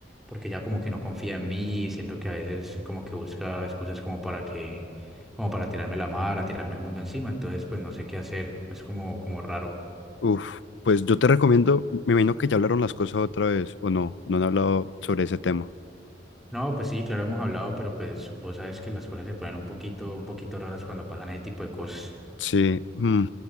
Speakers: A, in the centre; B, on the left.
A: porque ya como que no confía en mí y siento que a veces como que busca excusas como para que, como para tirarme la mala, tirarme el mundo encima. Entonces, pues no sé qué hacer, pues como, como raro.
B: Uf, pues yo te recomiendo, me imagino que ya hablaron las cosas otra vez o no, no han hablado sobre ese tema.
A: No, pues sí, claro, hemos hablado, pero pues vos sabes que las cosas se ponen un poquito, un poquito raras cuando pasan ese tipo de cosas.
B: Sí, mm,